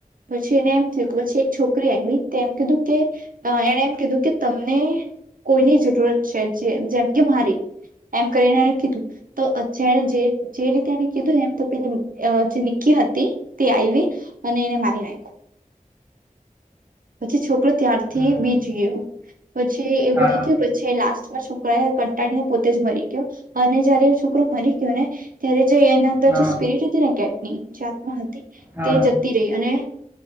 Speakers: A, on the right; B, on the right.
A: પછી એને એમ થ્યું કે પછી એક છોકરી આઇવી તે એમ કીધું કે એને એમ કીધું કે તમને કોઈની જરૂરત છે. જે જેમ કે મારી એમ કરીને એ કીધું તો <unintelligible> જે જે રીતે એને કીધું એમ તો પે અ જે નિકી હતી તે આઈવી અને એને મારી નાઈખુ. પછી છોકરો ત્યારથી
B: હમ
A: બી ગયો પછી એ
B: હા
A: બધું થ્યું પછી લાસ્ટ પેલા છોકરા એ કંટાળીને પોતે જ મરી ગ્યો અને જયારે છોકરો મરી ગ્યો ને ત્યારે જે એની અંદર
B: હા
A: જે સ્પિરટ હતી ને કે એ જાતમાં હતી.
B: હા
A: તે જતી રહી અને